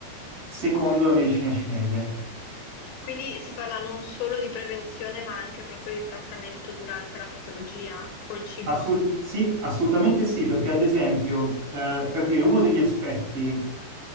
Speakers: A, on the right; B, on the left.
A: secondo la medicina cinese.
B: Quindi si parla non solo di prevenzione, ma anche proprio di trattamento durante la patologia col cibo?
A: Ah, sì? Assolut- sì, assolutamente sì, perché ad esempio, eh, per dire uno degli aspetti